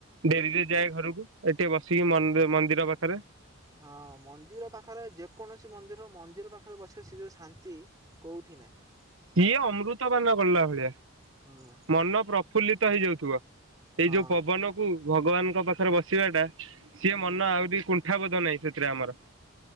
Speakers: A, on the right; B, on the right.
A: ଡେରିରେ ଯାଏ ଘରକୁ ଏଠି ଟିକେ ବସିକି ମନ୍ ମନ୍ଦିର ପାଖରେ
B: ହଁ ମନ୍ଦିର ପାଖରେ ଯେକୌଣସି ମନ୍ଦିର ର ମନ୍ଦିର ପାଖରେ ବସିବା ସିଏ ଯଉ ଶାନ୍ତି କେଉଁଠି ନାହିଁ।
A: ଇଏ ଅମୃତ ପାନ କଲା ଭଳିଆ।
B: ହୁଁ
A: ମନ ପ୍ରଫୁଲ୍ଲିତ ହେଇଯାଉଥିବ ଏଇ
B: ହଁ
A: ଯୋଉ ପବନକୁୁ ଭଗବାନ <inaudible> ପାଖରେ ବସିବା ଟା ସିଏ
B: ହୁଁ
A: ମନ ଆଉ କୁନ୍ ଣ୍ଠା ବୋଧ ନାହିଁ ସେଥିରେ ଆମର।